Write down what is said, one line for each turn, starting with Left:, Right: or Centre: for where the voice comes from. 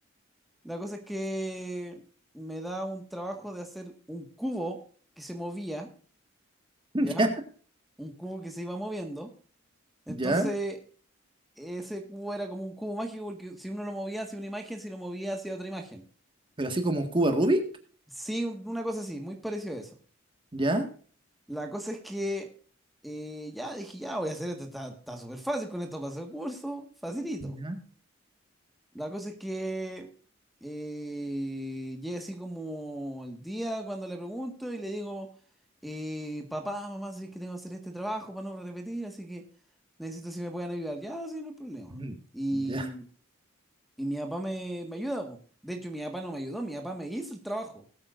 Centre: La cosa es que me da un trabajo de hacer un cubo que se movía,
Right: <laughs>
Centre: ¿ya? Un cubo que se iba moviendo. Entonces,
Right: ¿Ya? ¿Ya?
Centre: ese cubo era como un cubo mágico porque si uno lo movía hacia una imagen, si lo movía hacia otra imagen.
Right: Pero así como un cubo Rubik.
Centre: Sí, un- una cosa así, muy parecido a eso.
Right: ¿Ya?
Centre: La cosa es que eh, ya dije, ya voy a hacer esto, está está súper fácil con esto paso el curso, facilito.
Right: ¿Ya?
Centre: La cosa es que eh, llega así como el día cuando le pregunto y le digo, eh, papá, mamá, sé que tengo que hacer este trabajo para no repetir, así que necesito si me pueden ayudar. Ya, sí, no hay problema.
Right: Mm,
Centre: Y,
Right: ¿Ya?
Centre: y mi papá me, me ayuda, po. De hecho, mi papá no me ayudó, mi papá me hizo el trabajo.